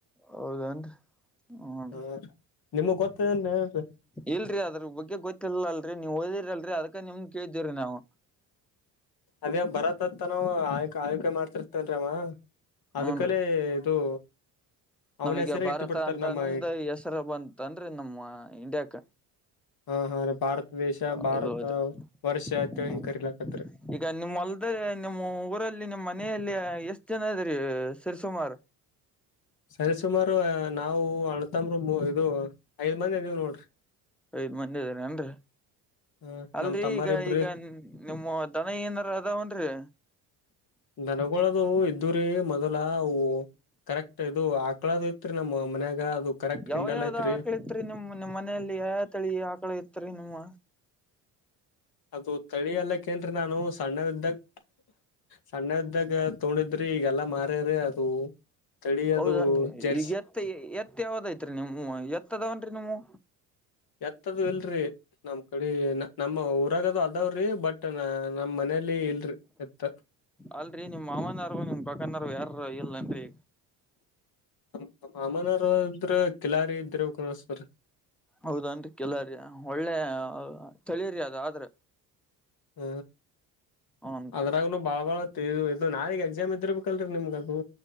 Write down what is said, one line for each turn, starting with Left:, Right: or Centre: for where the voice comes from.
Centre: ಹೌದನ್ರಿ ಹ್ನ್ರಿ
Left: ಹಾ ರ ನಿಮಗ್ ಗೊತ್ತದ ಏನ್ ಹೇಳಿ.
Centre: ಇಲ್ರಿ ಅದ್ರ ಬಗ್ಗೆ ಗೊತ್ತಿಲ್ಲಲ್ರಿ ನೀವ್ ಓದಿರಿಲ್ರಿ ಅದಕ ನಿಮಗೆ ಕೇಳಿದ್ದೇವಿರೀ ನಾವು.
Left: ಅದೇ ಬರತ ಅತ್ತನಾವ ಆಳಿಕ ಆಳಿಕೆ ಮಾಡ್ತಿರ್ತನ್ರವಾ. ಅದಕಲೆ
Centre: ಹೂನ್ ರೀ
Left: ಇದು ಅವನ
Centre: ನಮಗೆ
Left: ಹೆಸರೇ
Centre: ಭಾರತ
Left: ಇಟ್ಟು ಬಿಡ್ತಾರ
Centre: ಅಂತಂದ
Left: ನಮ್ಮ
Centre: ಹೆಸರು ಬಂತಂದ್ರಿ ನಮ್ಮ ಇಂಡಿಯಾಕ.
Left: ಹ ಹಾ ಭಾರತ ದೇಶ ಭಾರತ
Centre: ಹೌದೌದು
Left: ವರ್ಷ ಅತ್ಹೇಳಿ
Centre: ಹ್ಮ್
Left: ಹಿಂಗ ಕರಿಲಕತ್ರ.
Centre: ಈಗ ನಿಮ್ಮ ಹೊಲ್ದ ನಿಮ್ಮ್ ಊರಲ್ಲಿ ನಿಮ್ಮ್ ಮನೆಯಲ್ಲಿ ಎಷ್ಟ್ ಜನ ಇದ್ರರಿ ಸರಿಸುಮಾರ್.
Left: ಸರಿ ಸುಮಾರು ನಾವು ಅಣತಂಬರು ಇದು ಐದ್ ಮಂದಿ ಅದೀವ್ ನೋಡ್ರಿ.
Centre: ಐದ್ ಮಂದ ಅದ್ದಿರೆನ್ರಿ
Left: ಹ
Centre: ಅಲ್ರೀ
Left: ನಮ್ ತಮ್ಮರಿಬ್ರಿ
Centre: ಈಗ ಈಗ ನಿಮ್ಮುವ ದನ ಏನಾರ ಅದಾವನ್ರಿ.
Left: ದನಗಳದು ಇದ್ದೂರಿ ಮೊದಲ ಅವು ಕರೆಕ್ಟ್ ಇದು ಆಕಳಾದು ಇತ್ರಿ ನಮ್ಮ ಮನ್ಯಾಗ ಅದು ಕರೆಕ್ಟ್
Centre: ಯಾವ
Left: ಹಿಂಡಲ್
Centre: ಯಾವ್ದ
Left: ಐತ್ರಿ
Centre: ಆಕ್ಳಿತ್ರಿ ನಿಮ್ ನಿಮ್ಮ್ ಮನೆಯಲ್ಲಿ ಯಯಾ ತಳಿ ಆಕಳ ಇತ್ರಿ ನಿಮ್ಮ
Left: ಅದು ತಳಿ ಎಲ್ಲಕ್ಕನ್ರಿ ನಾನು ಸಣ್ಣವಿದ್ದಾಗ ಸಣ್ಣೆವಿದ್ದಾಗ ತೋಂಡಿದ್ರಿ ಈಗೆಲ್ಲಾ ಮಾರ್ಯಾರ ಅದು ತಳಿ
Centre: ಹೌದನ್ರೀ
Left: ಅದು ಜರ್ಸಿ
Centre: ಈಗ ಎತ್ತ ಎತ್ತ ಯಾವದ ಐತ್ರಿ ನಿವು ಎತ್ತದಾವನ್ರಿ ನಿಮ್ದು
Left: ಎತ್ತದು ಇಲ್ರಿ ನಮ್ ಕಡೆ ನಮ್ಮ ಊ ಹೊರಾಗದು ಅದಾವ್ರಿ ಬಟ್ ನಮ್ಮ್ ಮನೇಲಿ ಇಲ್ರಿ ಎತ್
Centre: ಅಲ್ರರಿ ನಿಮ್ ಮಾವನಾರರು ನಿಮ್ ಪಕ್ಕನಾರರು ಯಾರ ಇಲ್ಲೆನ್ರಿ
Left: ನಮ್ ಮಾಮನವರು ಇದ್ರ ಕಿಲಾರಿ ಇದ್ರ ಕನಸ್ವರ್
Centre: ಹೌದನ್ರೀ ಕಿಲಾರಿ ಒಳ್ಳೆ ತಳಿರಿ ಅದ ಆದ್ರೆ
Left: ಹ
Centre: ಹನ್
Left: ಅದ್ರಾಗನು ಭಾಳ ಬಾಳ ಇದು ಇದು ನಾಳಿಗ್ ಎಕ್ಸಾಮ್ ಇದ್ದಿರಬೇಕಲ್ರಿ ನಿಮ್ಗ ಅದು